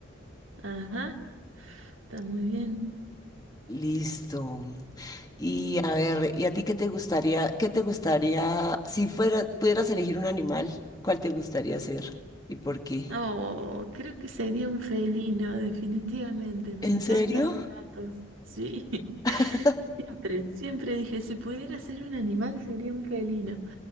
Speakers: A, on the right; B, on the left.
A: Ajá, está muy bien.
B: Listo. Y a ver, ¿y a ti qué te gustaría, qué te gustaría, si fuera, pudieras elegir un animal, ¿cuál te gustaría ser? ¿Y por qué?
A: Oh, creo que sería un felino, definitivamente. Me
B: ¿En
A: encantan
B: serio?
A: los gatos. Sí, <laughs>
B: <laughs>
A: siempre, siempre dije, si pudiera ser un animal, sería un felino.